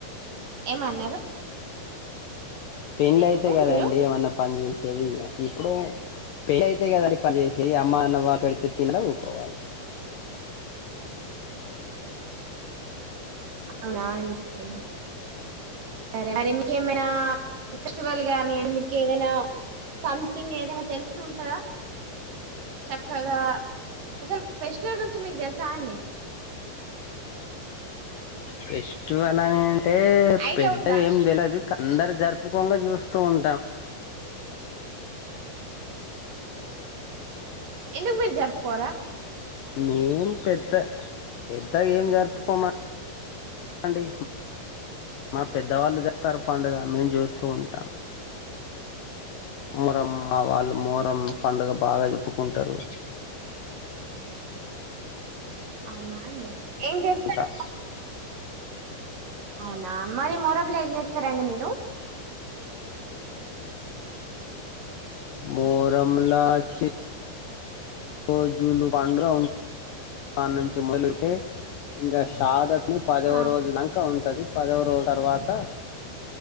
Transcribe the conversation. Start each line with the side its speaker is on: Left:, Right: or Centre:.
Right: ఏమ్ న్నారు
Left: పెండ్లి అయితే కదండి.
Right: మీరు
Left: వాళ్ళ పని చేశే ఇప్పుడు పెళ్ళి అయితే కదండి. పని చేషి అమ్మ అన్న అవ్వ పెడితే తిన ఊకోవాలి.
Right: అవునా అండి. సరే మరి మీకేమైనా ఫెస్టివల్ గాని ఏదైనా సంథింగ్ ఏదయినా తెలుసు ఉంటందా చేప్ కదా అస్సల్ ఫెస్టివల్ గురించి మీకు తెల్సా అండి.
Left: ఫెస్టివల్ లనే అంటే
Right: ఐడియా
Left: పెద్దగా
Right: ఉందా
Left: ఏం తెలదు. అందరు జరుపుకోంగా చూస్తూ ఉంటాం.
Right: ఎందుకు మీరు జరూపుకోరా
Left: మేము పెద్ద పెద్దగా ఏం జరుపుకోమండి. మా పెద్దవాళ్ళు చెత్తరు పండుగ మేము చూస్తూ ఉంటాం. మరమ్మ వాళ్ళు మొరం పండుగ బాగా చెప్పుకుంటారు.
Right: అవునాండి ఏం చేస్తరు
Left: ఉంటాం
Right: అవునా మరి మొరబ్ లో ఏం చేస్తారండి. మీరు
Left: మోరంల చి కోజులు పండుగ ఆ నుంచి మొదలు పెడితే, ఇంకా షాదత్ ని పదవ
Right: ఆ
Left: రోజు దాంక ఉ అంది పదవ రోజుల తర్వాత